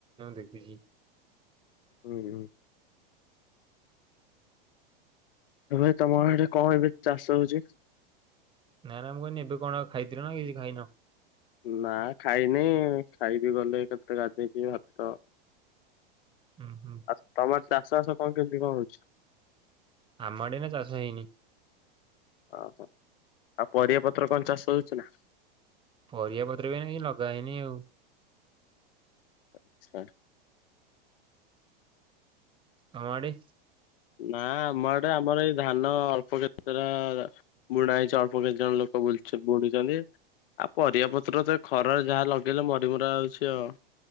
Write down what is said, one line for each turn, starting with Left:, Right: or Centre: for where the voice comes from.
Right: ଦେଖୁଛି <unintelligible>
Left: ହୁଁ ହୁଁ ଏ ଭାଇ ତମ ଆଡେ କଣ ଏବେ ଚାଷ ହଉଛି
Right: ନା ନାମ କହିନି ଏବେ କଣ ଖାଇଥିଲ ନା କିଛି ଖାଇନ
Left: ନା ଖାଇନି ଖାଇବି ଗଲେ କେତେ ଗାଧେଇ କି ଭାତ
Right: ହୁଁ ହୁଁ
Left: ଆଉ ତମର ଚାଷ ବାସ କଣ କେମିତି କଣ ହଉଛି
Right: ଆମ ଆଡେ ଏଇନା ଚାଷ ହେଇନି
Left: ଓହୋ ଆଉ ପରିବା ପତ୍ର କଣ ଚାଷ ହଉଛି ନା।
Right: ପରିବା ପତ୍ର ବି ଏଇନା ଲଗା ହେଇନି ଆଉ
Left: ଆଚ୍ଛା।
Right: କମାଡ଼ି
Left: ନା ଆମ ଆଡ଼େ ଆମର ଏଇ ଧାନ ଅଳ୍ପ କ୍ଷେତ ବୁଣା ହେଇଛି ଅଳ୍ପ କିଛି ଜଣ ଲୋକ ବୁଣି ବୁଢୁଛନ୍ତି। ଆଉ ପରିବା ପତ୍ର ତ ଖରାରେ ଯାହା ଲଗେଇଲେ ମରି ମରା ଯାଉଛି ଆଉ।